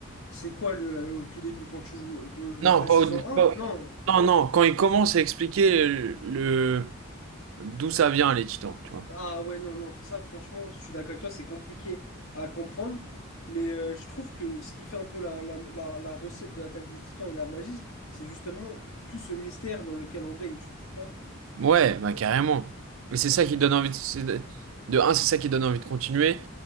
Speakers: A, on the left; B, on the right.
A: C'est quoi le, au tout début quand tu vois
B: Non,
A: la
B: pas
A: saison
B: au,
A: un
B: pas-
A: Non.
B: non, non, quand il commence à expliquer le, le- d'où ça vient, les titans, tu vois.
A: Ah ouais, non, non, ça franchement, je suis d'accord avec toi, c'est compliqué à comprendre, mais euh, je trouve que ce qui fait un peu la, la, la, la recette de l'attaque des Titans et la magie, c'est justement tout ce mystère dans lequel on baigne, tu trouves pas?
B: Ouais, bah carrément. Mais c'est ça qui donne envie de, c'est de, de un, c'est ça qui donne envie de continuer.